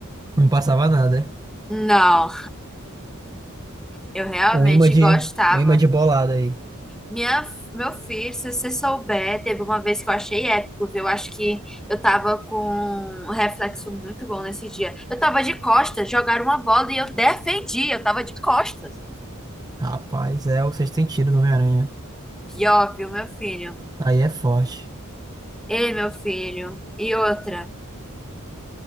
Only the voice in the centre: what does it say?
Não, eu realmente
gostava.
Minha, meu filho, se você souber, teve uma vez que eu achei épico, viu? Eu acho que eu tava com um reflexo muito bom nesse dia. Eu tava de costas, jogaram uma bola e eu defendi, eu tava de costas.
Pior, viu, meu filho?
Ei, meu filho. E outra.